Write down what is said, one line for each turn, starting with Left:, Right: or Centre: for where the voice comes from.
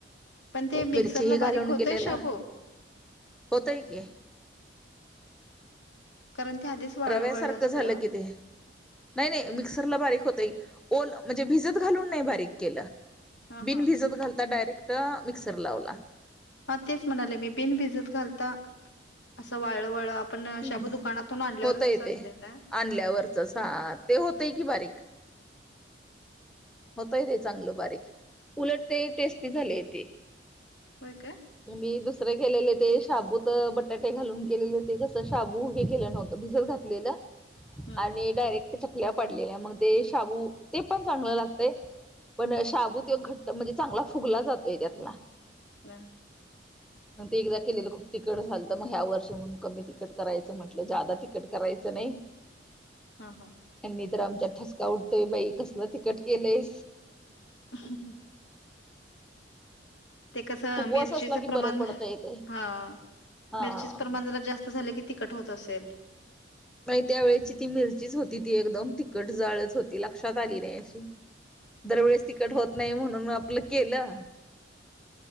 Left: पण ते मिक्सरला
Centre: मिरची ह
Left: बारीक
Centre: घालून
Left: होतय
Centre: केलेलं.
Left: शाबू?
Centre: होतय की.
Left: कारण ते <unintelligible>
Centre: रव्यासारखं
Left: असतंय
Centre: झालं
Left: ओ
Centre: कि ते. नाही नाही मिक्सरला बारीक होतय. ओल म्हणजे भिजत घालून नाही बारीक केलं.
Left: हा हा
Centre: बिन भिजत घालता डायरेक्ट मिक्सर लावला.
Left: हां. तेच म्हणायले मी. बिन भिजत घालता असं वाळ वळ- आपण
Centre: हम्म.
Left: शाबू दुकानातून आणल्यावर
Centre: होतय
Left: जसं असतय
Centre: ते
Left: ना?
Centre: आणल्यावरचच. हां. ते होतंय की बारीक. होतय ते चांगलं बारीक. उलट ते टेस्टी झालेयेती.
Left: होय का?
Centre: म मी दुसरे केलेले ते शाबूत बटाटे घालून केलेले होते कसं शाबू हे केलं नव्हतं भिजत घात- -टलेलं.
Left: हम्म
Centre: आणि डायरेक्ट चकल्या पाडलेल्या मग ते शाबू ते पण चांगलं लागत. पण शाबू त्यो घट्ट म्हणजे चांगला फुगला जातोय त्यातला.
Left: ना.
Centre: म ते एकदा केलेलं खूप तिकट झालंत. मग ह्या वर्षी म्हणून कमी तिकट करायचं म्हंटलं. जादा तिकट करायचं नाही.
Left: हा. हा.
Centre: त्यांनी तर आमच्यात ठसका उठतोय बाई. कसलं तिकट केलंय.
Left: <inaudible> ते कसं
Centre: उपवास
Left: मिरचीचं
Centre: असला की
Left: प्रमाण
Centre: बरं पडतंय ते
Left: हा.
Centre: हा.
Left: मिरचीच प्रमाण जरा जास्त झाल की तिखट होत असेल.
Centre: नाही त्या वेळची ती मिरचीच होती ती एकदम तिखट जाळच होती. लक्षात आली नाही अशी. दरवेेळेस तिकट होत नाही म्हणून आपलं केलं.